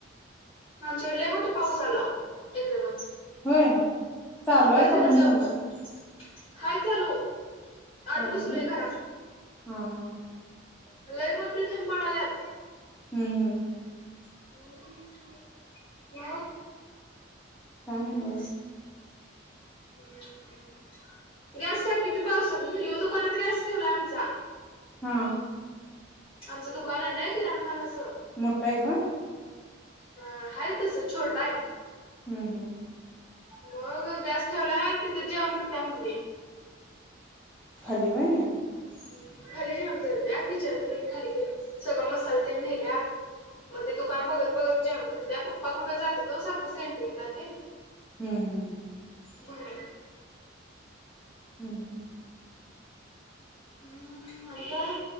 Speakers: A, on the left; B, in the centre.
A: आमच्याकडे लई मोठा पाऊस आला, आहो एकदमच.
B: होय. चालू
A: बरं
B: आहे
A: झालं
B: का बंद
A: मी लवकरच
B: झाला?
A: हाय चालू. आत
B: चालू
A: बसलोय
B: आहे होय
A: घरात.
B: हा. हा.
A: खरं लय मोठे थेंब पडायल्यात.
B: हम हम
A: हम काय
B: काय नाही बघा.
A: हम गॅस टाकी बी पावसात न्हेली दुकानात गॅस ठेवलाय आमचा.
B: हा.
A: आमचं दुकान हाय नाय किराणा मालाचं.
B: मोठं आहे का?
A: ह हाय तसं छोटं आहे.
B: हम हम
A: मग गॅस ठेवलाय तिथंच जेवण करत्या मम्मी.
B: खाली व्हय
A: हम खाली जेवण करत्या. किचन तेन खाली केलय सगळं मसालं तेन नेल्यात. म ते दुकान बघत बघत जेवण करत्या पप्पा कुठं जात्यात ओ सारखं सेंटरिंगला तेन.
B: हम. हम
A: म्हणून
B: हम हम
A: हम आणि काय?